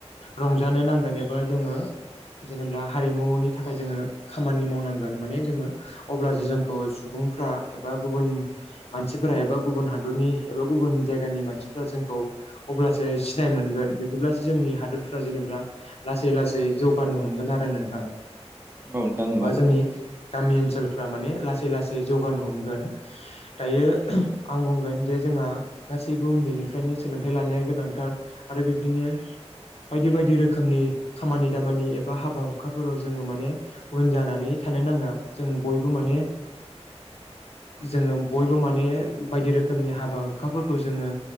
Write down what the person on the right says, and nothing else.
नोंथां
औ
औ